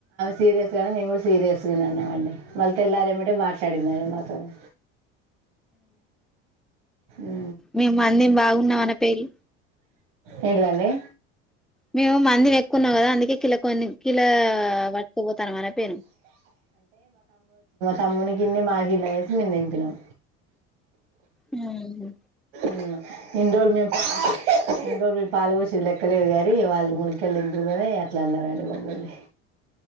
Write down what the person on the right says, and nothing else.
సీరియస్గానే మేము కూడా సీరియస్గానే అన్నామండి మళ్ళీ తెల్లారేమిటే మాట్లాడింది ఆమాతోని ఉ
ఏంటిదండి
తమ్ముని కిన్ని మాకిన్ని వేసి మేము దింపినాం
ఉ ఇన్ని రోజులు మేము ఇన్ని రోజులు మేము పాలు పోసింది లెక్కలేదు కానీ వాళ్ళు గుడికెళ్ళింది కదా అట్లా అన్నారండి మమ్మల్ని